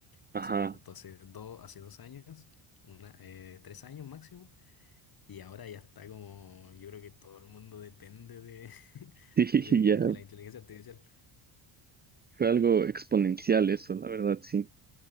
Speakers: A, on the left; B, on the right.
A: ¿Hace
B: Ajá.
A: cuánto? Hace dos, hace dos años, una, eh, tres años máximo. Y ahora ya está como, yo creo que todo el mundo depende de, <laughs>
B: <laughs> Sí,
A: de,
B: ya
A: de la inteligencia artificial.
B: fue algo exponencial eso, la verdad, sí.